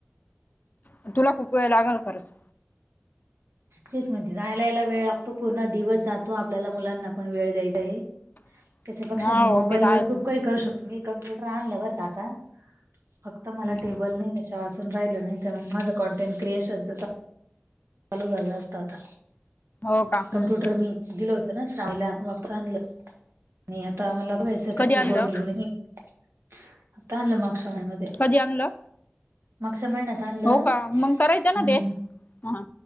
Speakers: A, on the left (about 45°); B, on the right (about 80°).
A: पण तुला खूप वेळ लागणार ये खरंच-
B: तेच म्हणती जायला यायला वेळ लागतो पूर्ण दिवस जातो आपल्याला मुलांना पण वेळ द्यायचा आहे-
A: <unintelligible>
B: त्याच्यापेक्षा मी
A: हो
B: मोबाईल
A: ते तर आहेच
B: वर खूप काही करू शकतो मीच कंम्प्युटर आणलाय बर का आता फक्त- फक्त
A: मग
B: मला टेबल नाही वाचून राहिलं नाही माझं कॉंटेंट क्रिएशनच चालु- चालू झालं असत आता
A: हो का
B: कम्प्युटर
A: हम्
B: नी- दिलं होत ना श्रामीला वापराला आणलं आणि आता आम्हाला- फक्त आता
A: कधी
B: त्याच की-बोर्ड
A: आणलं
B: घेउन मी आत्ता आणलं मागच्या महिन्या मध्ये-
A: कधी आणलं?
B: मागच्या महिन्यात आणलं
A: हो का मग करायचं ना
B: हम्म-
A: तेच हा